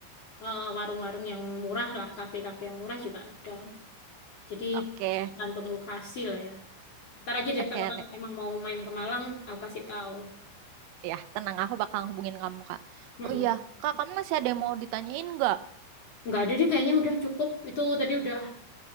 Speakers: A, on the left; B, on the right.
A: eh, warung-warung yang murah lah, kafe-kafe yang murah juga ada. Jadi
B: Oke,
A: tergantung lokasi lah ya. Ntar aja deh
B: oke.
A: kalau kamu emang mau main ke Malang, aku kasih tahu.
B: Ya, tenang, aku bakal hubungin kamu, Kak.
A: Mm-mm.
B: Oh iya, Kak, kamu masih ada yang mau ditanyain nggak?
A: Nggak ada deh kayaknya udah cukup. Itu tadi udah